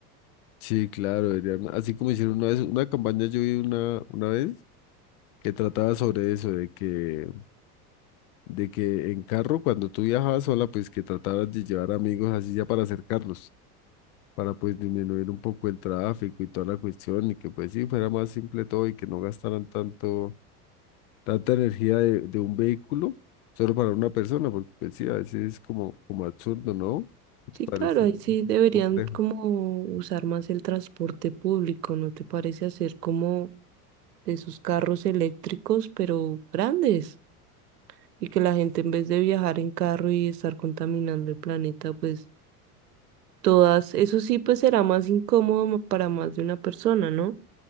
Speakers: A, on the left; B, on the right.
A: Sí, claro, deberían- así como hicieron una vez, una campaña yo vi una, una vez que trataba sobre eso, de que, de que en carro, cuando tú viajabas sola, pues que trataras de llevar amigos así ya para acercarlos, para pues disminuir un poco el tráfico y toda la cuestión, y que pues sí, fuera más simple todo y que no gastaran tanto, tanta energía de, de un vehículo solo para una persona, porque pues sí, a veces es como, como absurdo, ¿no? ¿Qué
B: Sí,
A: te parece?
B: claro, ahí
A: Es
B: sí deberían
A: complejo.
B: como usar más el transporte público, ¿no te parece hacer como de esos carros eléctricos, pero grandes? Y que la gente en vez de viajar en carro y estar contaminando el planeta, pues todas, eso sí, pues será más incómodo ma- para más de una persona, ¿no?